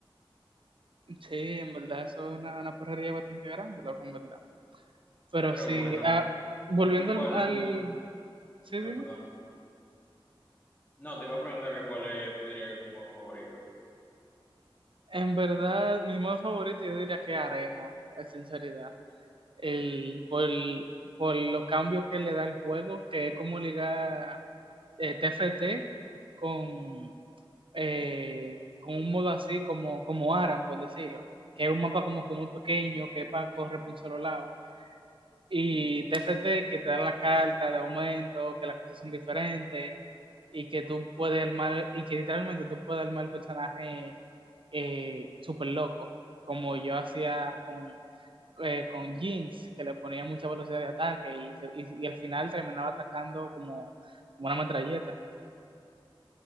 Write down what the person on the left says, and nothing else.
Pero
bueno,
¿y tú cuál?
Ah,
perdón. No, te voy a preguntar que cuál es, tú dirías que es tu modo favorito.